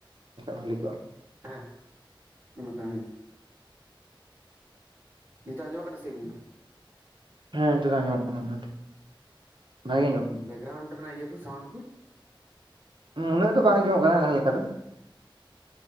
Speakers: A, on the right; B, on the right.
A: ᱵᱷᱟᱹᱞᱤ ᱠᱚᱜᱼᱟ᱾ <inaudible>
B: ᱦᱮᱸ ᱦᱮᱸ ᱚᱱᱠᱟᱱ ᱜᱮ ᱱᱤᱛᱚᱜ ᱟᱸᱡᱚᱢᱚᱜ ᱠᱟᱱᱟ ᱥᱮ ᱜᱚᱝᱠᱮ?
A: ᱦᱮᱸ ᱱᱤᱛᱚᱜ ᱫᱚ ᱧᱟᱢᱚᱜ ᱠᱟᱱᱟ ᱢᱚᱴᱟᱢᱚᱴᱤ ᱵᱷᱟᱜᱮ ᱧᱚᱜ
B: ᱵᱮᱠᱜᱨᱟᱣᱩᱱᱰ ᱨᱮᱱᱟᱜ ᱤᱭᱟᱹ ᱠᱩ ᱥᱟᱣᱩᱱᱰ ᱠᱩ
A: ᱦᱩᱸ ᱩᱱᱟᱹᱜ ᱫᱚ ᱵᱟᱝ ᱟᱸᱡᱚᱢᱚᱜ ᱠᱟᱱᱟ ᱞᱟᱦᱟ ᱞᱮᱠᱟ ᱫᱚ᱾